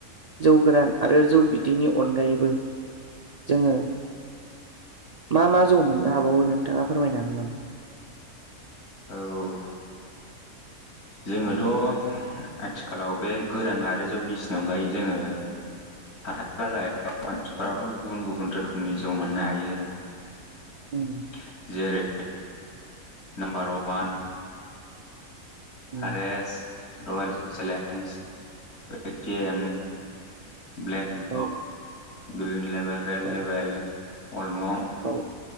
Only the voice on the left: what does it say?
औ जोङोथ' आथिखालाव बे गोरान आरो जौगिसिनि अनगायै जोङो <unintelligible> गुबुन गुबुन रोखोमनि जौ मोननो हायो। <unintelligible>
जेरै नाम्बार वान
आरेस रयेल चेलन्ज वइटिएम ब्लेक
ग्रिन लेभेल रेड
लेभेल अलमं